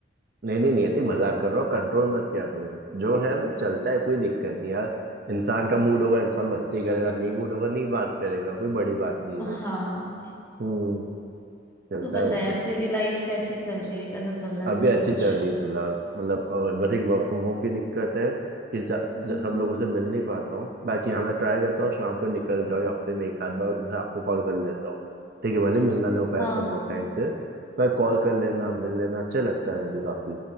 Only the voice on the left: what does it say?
हाँ
तू बता
यार
तेरी लाइफ कैसी चल रही है कैसा चल रहा है
सब
कुछ
हम्म
हम्म,
हाँ